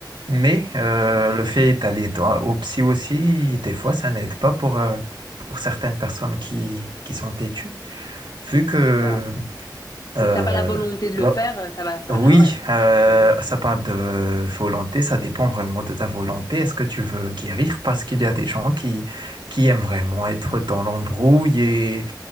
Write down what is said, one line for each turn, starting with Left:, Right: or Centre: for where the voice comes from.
Right: Mais euh, le fait d'aller toi au psy aussi, des fois, ça n'aide pas pour euh, pour certaines personnes qui qui sont têtues,
Left: Mm.
Right: vu que
Left: C'est vrai.
Right: euh,
Left: Ou Si t'as pas la volonté de
Right: là-
Left: le faire, euh, ça va servir
Right: Oui,
Left: à rien.
Right: euh,
Left: <laughs>
Right: ça parle de volonté, ça dépend vraiment de ta volonté. Est-ce que tu
Left: Mm. mm.
Right: veux guérir? Parce qu'il y a des gens qui, qui aiment vraiment être dans l'embrouille et,